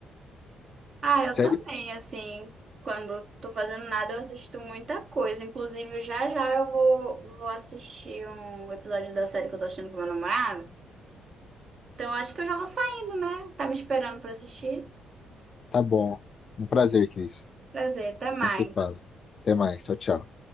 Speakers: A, on the right; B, on the left.
A: Ah, eu
B: Sério
A: também, assim, quando tô fazendo nada, eu assisto muita coisa. Inclusive, já já eu vou, vou assistir um episódio da série que eu tô assistindo com meu namorado. Então, acho que eu já vou saindo, né? Tá me esperando pra assistir?
B: Tá bom. Um prazer, Cris.
A: Prazer, até mais.
B: A gente se fala. Até mais. Tchau, tchau.